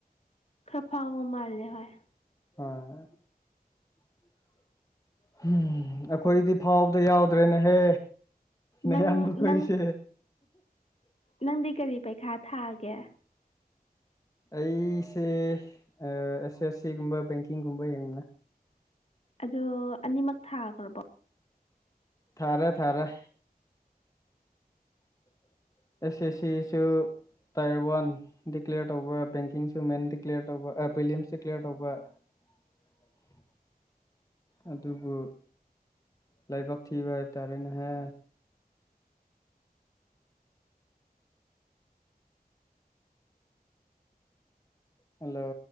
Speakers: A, on the left; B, on the left.
A: ꯈꯔ ꯐꯥꯎꯕ ꯃꯥꯜꯂꯦ ꯍꯣꯏ
B: ꯍꯣꯏ <inaudible> ꯎꯝ ꯑꯩꯈꯣꯏꯗꯤ ꯐꯥꯎꯕꯗ ꯌꯥꯎꯗ꯭ꯔꯦꯅꯦꯍꯦ
A: ꯅꯪ
B: ꯅꯌꯥꯝ ꯃꯈꯈꯣꯏꯁꯦ
A: ꯅꯪ ꯅꯪꯗꯤ ꯀꯔꯤ ꯄꯩꯈꯥ ꯊꯥꯒꯦ
B: ꯑꯩꯁꯦ ꯑꯦꯁ ꯑꯦꯁ ꯁꯤꯒꯨꯝꯕ ꯕꯦꯡꯀꯤꯡꯒꯨꯝꯕ ꯌꯦꯡꯅ
A: ꯑꯗꯣ ꯑꯅꯤꯃꯛ ꯊꯥꯈ꯭ꯔꯕꯣ
B: ꯊꯥꯔꯦ ꯊꯥꯔꯦ <inaudible> ꯑꯦꯁ ꯑꯦꯁ ꯁꯤꯁꯨ ꯇꯥꯏꯔ ꯋꯥꯟ ꯗꯤꯀ꯭ꯂꯦꯌꯔ ꯇꯧꯕ ꯕꯦꯡꯀꯤꯡꯁꯨ ꯃꯦꯟ ꯗꯤꯀ꯭ꯂꯦꯌꯔ ꯇꯧꯕ ꯋꯤꯂꯤꯌꯝꯁ ꯗꯤꯀ꯭ꯂꯦꯔ ꯇꯧꯕ <unintelligible> ꯑꯗꯨꯕꯨ ꯂꯥꯏꯕꯛ ꯊꯤꯕ ꯍꯥꯏꯕꯇꯥꯔꯦꯅꯦꯍ ꯍꯜꯂꯣ